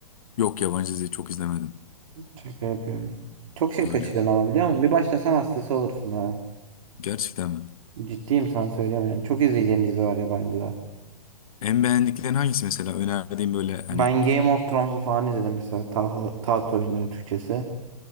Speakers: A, on the left (about 65°); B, on the right (about 55°).
A: Yok yabancı dizi çok izlemedim.
B: Şaka yapıyorsun. Çok şey kaçırıyorsun
A: Öyle.
B: ama biliyor musun? Bir başlasan hastası olursun ha.
A: Gerçekten mi?
B: Ciddiyim sana söylüyorum yani. Çok izleyeceğin dizi var yabancıda.
A: En beğendiklerin hangisi mesela? Önerdiğim böyle hani
B: Ben Game of Thrones'u falan izledim mesela Taht, Taht Oyunları Türkçesi.